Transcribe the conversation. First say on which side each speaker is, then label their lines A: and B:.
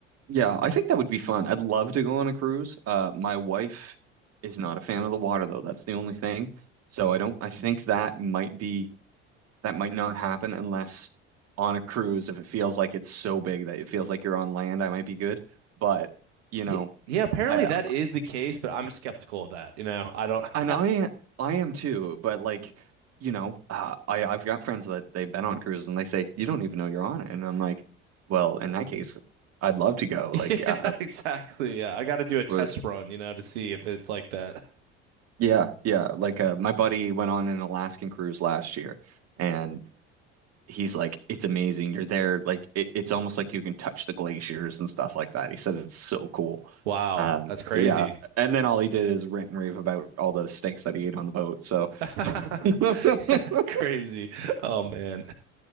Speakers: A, on the right; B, on the right.
A: yeah, I think that would be fun. I'd love to go on a cruise. Uh, my wife is not a fan of the water, though. That's the only thing. So, I don't, I think that might be, that might not happen unless on a cruise, if it feels like it's so big that it feels like you're on land, I might be good. But, you know,
B: Ye- Yeah, apparently
A: I,
B: that is the case, but I'm skeptical of that. You know, I don't. <laughs>
A: And I I am too, but like, you know, uh, I I've got friends that they've been on cruises and they say you don't even know you're on it, and I'm like, well, in that case, I'd love to go.
B: Yeah,
A: Like, uh,
B: <laughs> exactly. Yeah, I got to do a test
A: who-
B: run, you know, to see if it's like that.
A: yeah, yeah. Like, uh, my buddy went on an Alaskan cruise last year, and he's like, it's amazing. You're there, like it, it's almost like you can touch the glaciers and stuff like that. He said it's so cool.
B: Wow,
A: Um,
B: that's crazy.
A: yeah, and then all he did is rant and rave about all the steaks that he ate on the boat. So,
B: <laughs>
A: <laughs>
B: That's crazy. Oh man.